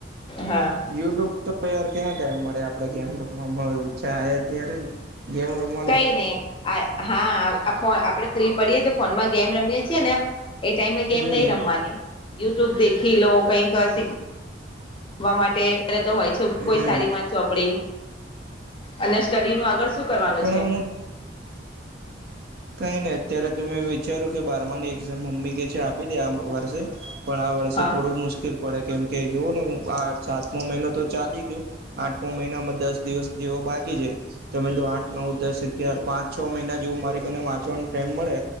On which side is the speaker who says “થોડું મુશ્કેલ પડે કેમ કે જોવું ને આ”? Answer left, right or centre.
Right